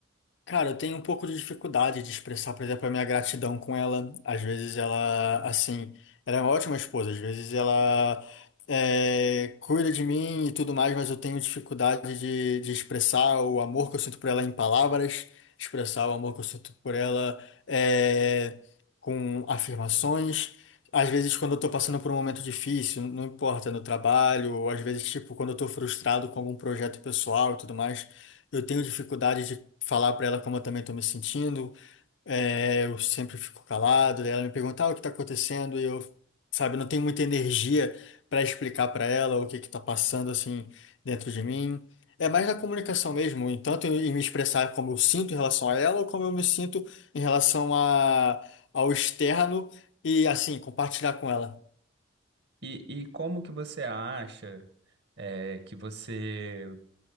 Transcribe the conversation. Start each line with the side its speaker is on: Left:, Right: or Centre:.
Left: Cara, eu tenho um pouco de dificuldade de expressar, por exemplo, a minha gratidão com ela. Às vezes ela, assim, ela é uma ótima esposa, às vezes ela é, cuida de mim e tudo mais, mas eu tenho dificuldade de, de expressar o amor que eu sinto por ela em palavras, expressar o amor que eu sinto por ela é, com afirmações. Às vezes, quando eu tô passando por um momento difícil, não importa, no trabalho, ou às vezes, tipo, quando eu tô frustrado com algum projeto pessoal e tudo mais. Eu tenho dificuldade de falar para ela como eu também estou me sentindo. É, eu sempre fico calado. daí Ela me pergunta, ah, o que está acontecendo? E eu, sabe, não tenho muita energia para explicar para ela o que que está passando assim dentro de mim. É mais na comunicação mesmo, em tanto em me expressar como eu sinto em relação a ela ou como eu me sinto em relação a, ao externo e assim compartilhar com ela.
Right: E, e como que você acha é, que você,